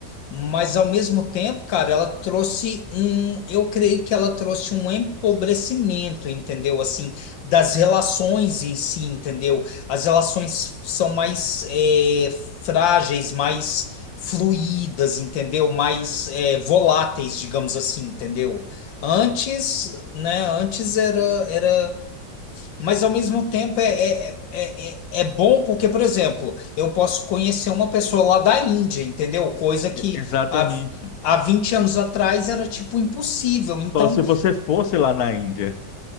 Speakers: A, on the left (about 85°); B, on the left (about 65°).
A: Mas ao mesmo tempo, cara, ela trouxe um, eu creio que ela trouxe um empobrecimento, entendeu? Assim, das relações em si, entendeu? As relações são mais é, frágeis, mais fluídas, entendeu? Mais é, voláteis, digamos assim, entendeu? Antes, né? Antes era, era mas ao mesmo tempo é, é, é, é é bom porque, por exemplo, eu posso conhecer uma pessoa lá da Índia, entendeu? Coisa que
B: E- Exatamente.
A: há, há 20 anos atrás era tipo impossível. Então,
B: Só se você fosse lá na Índia.